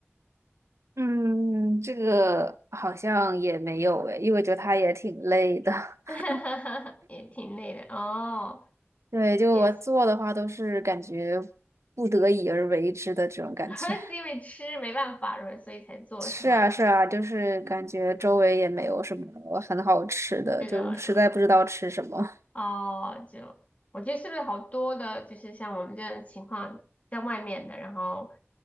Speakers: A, on the right (about 85°); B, on the left (about 30°).
A: 嗯，这个好像也没有诶，因为我觉得他也挺累的。<laughs>
B: <laughs> 也挺累的哦，
A: 对，就我做的话都是感觉
B: 也是，
A: 不得已而为之的这种感觉。
B: <laughs> 是因为吃没办法，所以才做是吗？
A: 是啊，是啊，就是感觉周围也没有什么很好吃的，
B: 是的，
A: 就实在不知道吃什么。
B: 哦，就我觉得是不是好多的，就是像我们这种情况，在外面的，然后